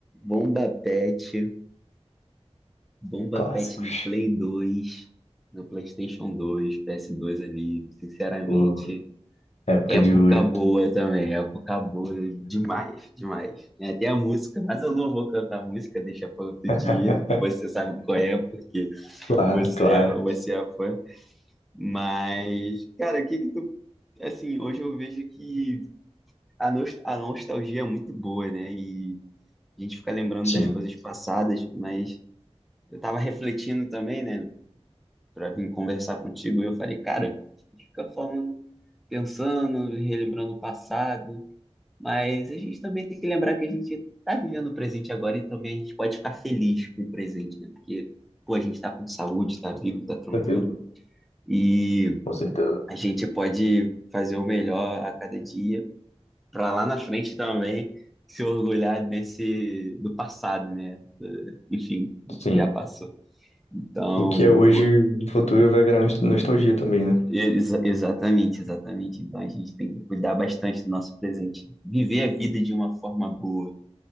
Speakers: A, in the centre; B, on the left (about 80°).
A: Bomba Pet. Bomba
B: Clássicos.
A: Pet no Play 2, no PlayStation 2, PS2 ali, sinceramente,
B: Pô, época
A: época
B: de ouro.
A: boa também, época boa demais, demais. Tem até a música, mas eu não vou cantar a música, deixa para outro
B: <laughs>
A: dia. Você sabe qual é, porque
B: Claro,
A: você
B: claro.
A: é, você é fã. Mas, cara, o que que tu, assim, hoje eu vejo que a, nost a nostalgia é muito boa, né? E a gente fica lembrando
B: Sim,
A: das coisas passadas, mas eu tava refletindo também, né? para vir conversar contigo. E eu falei, cara, fica falando, pensando, relembrando o passado, mas a gente também tem que lembrar que a gente tá vivendo o presente agora e também a gente pode ficar feliz com o presente, né? Porque, pô, a gente tá com saúde, tá vivo, tá tranquilo
B: com certeza.
A: e
B: Com certeza.
A: a gente pode fazer o melhor a cada dia para lá na frente também se orgulhar desse do passado, né? Do- Enfim, do
B: Sim.
A: que já passou. Então,
B: O que é hoje,
A: pô,
B: no futuro, vai virar nos- nostalgia também, né?
A: Ex- exatamente, exatamente. Então a gente tem que cuidar bastante do nosso presente, viver a vida de uma forma boa,